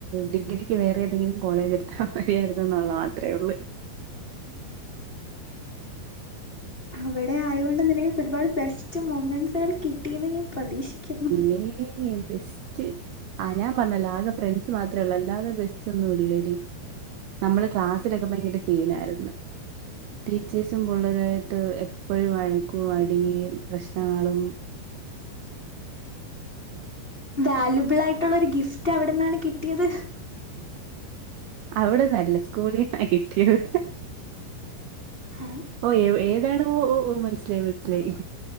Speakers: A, on the right (about 75°); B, on the left (about 20°).
A: ഡിഗ്രിക്ക് വേറെ ഏതെങ്കിലും കോളേജ് എടുത്താ മതിയായിരുന്നു ഇന്നുള്ളത് മാത്രെ ഉള്ളൂ.
B: അവിടെ ആയോണ്ട് നിനക്ക് ഒരുപാട് ബെസ്റ്റ് മൂമെന്റസുകൾ കിട്ടീന്ന് ഞാൻ പ്രതീക്ഷിക്കുന്നു.
A: <unintelligible> ഇൽ ബെസ്റ്റ് ആഹ് ഞാൻ പറഞ്ഞല്ലോ. ആകെ ഫ്രണ്ട്സ് മാത്രേ ഒള്ളൂ. അല്ലതൊ ബെസ്റ്റി ഒന്നും ഇല്ലടി നമ്മള് ക്ലാസ്സിലൊക്കെ ഭയക്കര സീനായിര്ന്നു. ടീച്ചേഴ്സും പിള്ളേരായിട്ട് എപ്പഴും വഴക്കും അടി പ്രശ്നങ്ങളും
B: വാല്യുബിൾ ആയിട്ടുള്ള ഒരു ഗിഫ്റ്റ് അവിട്ന്നാണ് കിട്ടിയത്
A: അവിടെന്നല്ല സ്കൂളിന്ന് കിട്ടിയത്
B: ഏഹ്
A: ഓ ഏതാണോ ഓഹ് ഓഹ് മൻസ്സിലായി മൻസ്സിലായി